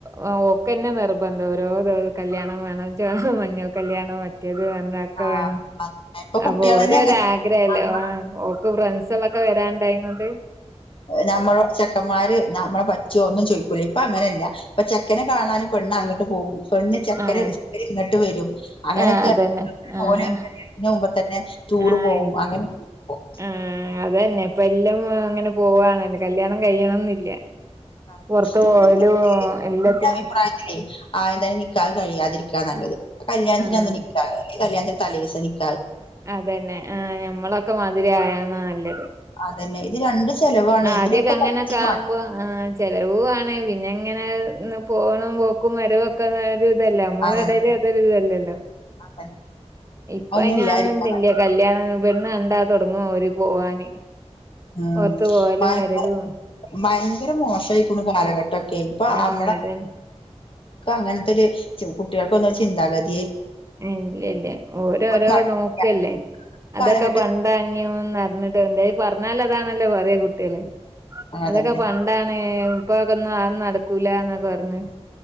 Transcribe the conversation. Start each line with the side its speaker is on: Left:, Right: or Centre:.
Right: ആ ഓക്കെന്നെ നിർബന്ധം ഓരോ കല്യാണം വേണം ചൊ മഞ്ഞൾ കല്യാണം മറ്റേ ഏത് തന്നെ ആക്കെ
Left: ആ,
Right: വേണം
Left: അങ്ങനെ. ഇപ്പൊ കുട്യാളന്നെ
Right: അപ്പൊ ഓരോരാഗ്രഹല്ലേ
Left: <unintelligible>
Right: ആഹ് ഓക്ക് ഫ്രണ്ട്സുകളൊക്കെ വരാണ്ടായിങ്ങോണ്ട്
Left: നമ്മള് ചെക്കന്മാര് നമ്മ പറ്റിയോ ഒന്നും ചോയ്ക്കൂല ഇപ്പൊ അങ്ങനെല്ല ഇപ്പ ചെക്കനെ കാണാന് പെണ്ണ് അങ്ങട്ട് പോവും പെണ്ണ് ചെക്കനെ
Right: ആഹ്
Left: <unintelligible> ഇങ്ങട്ട് വെരും അങ്ങനൊക്കെ
Right: ആഹ് അതന്നെ ആഹ്
Left: ഓന് ഇതിന് മുമ്പ്തന്നെ ടൂറ്
Right: ആഹ്
Left: പോവും അങ്ങനൊക്കേനിപ്പം
Right: ആഹ് അതന്നെ ഇപ്പം എല്ലൊം അങ്ങനെ പോവാണല്ലോ കല്യാണം കഴിയണംന്നില്ല
Left: അതന്നെ
Right: പുറത്ത്
Left: <unintelligible>
Right: പോവലും എല്ലാത്തിനും
Left: ഇന്റെ അഭിപ്രായത്തിലേ ആദ്യതന്നെ നിക്കാഹ് കഴിയാതിരിക്കാ നല്ലത് കല്യാണത്തിൻ്റന്ന്
Right: ആഹ്
Left: നിക്കാഹ് ഈ കല്യാണത്തിന്റെ തലേസം നിക്കാ
Right: അതന്നെ ആ ഞമ്മളൊക്കെ മാതിരി ആയാന്നാ നല്ലത്
Left: അതന്നെ ഇത് രണ്ട് ചെലവാണ്
Right: ആ
Left: ഇതിനൊക്കെ
Right: ആദ്യൊക്കെ അങ്ങനെയൊക്കെ
Left: പൈസയും വാണ്ടേ
Right: ആവുമ്പോ ആ വരവുാണ് പിന്നെ ഇങ്ങനെ പോണംും പോക്കും മരവൊക്കെ ന ഇതല്ലേ നമ്മള
Left: അതന്നെ
Right: ഇടൽ അതൊരി ഇതല്ലല്ലോ
Left: അതന്നെ
Right: ഇപ്പ
Left: അതൊന്നും
Right: അയിന്ന്നുംണ്ടില്ല
Left: ഇല്ലാതിരിക്കാ നല്ലത്
Right: കല്യാണം പെട കണ്ടാ തുൊടങ്ങുവഓര് പോവാാന്
Left: ഉം
Right: ഓറത്ത് പോയാലും
Left: ഭയങ്കര
Right: വരലും
Left: ഭയങ്കര മോശമായിരിക്കണ് കാലഘട്ടൊക്കെ ഇപ്പൊ
Right: ആഹ്
Left: അമ്മടെ
Right: അതന്നെ.
Left: അങ്ങനത്തെ ഒരു കുട്ടികൾക്കൊന്ന ചിന്താഗതി
Right: ഇല്ല ഇല്ല ഓരോ
Left: ഒരു
Right: രോ
Left: മടിയില്ല
Right: നോക്കല്ലേ അതൊക്കെ
Left: കാലഘട്ട
Right: പണ്ടഞ്ഞുന്ന്റിഞ്ഞിട്ട് വണ്ട്ത് പറഞ്ഞാൽ അതാണല്ലോ പറയാ കുട്ടികല്
Left: അതന്നെ
Right: അതൊക്കെ പണ്ടാണ് ഇപ്പൊക്കെ ഒന്നും അന്നും നടക്കൂലന്നൊക്കെ പറഞ്ഞഞ്